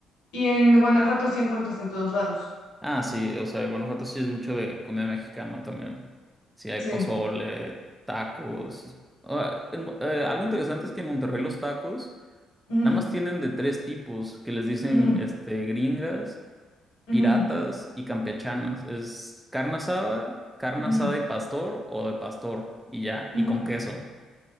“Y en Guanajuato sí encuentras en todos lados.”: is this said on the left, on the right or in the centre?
Left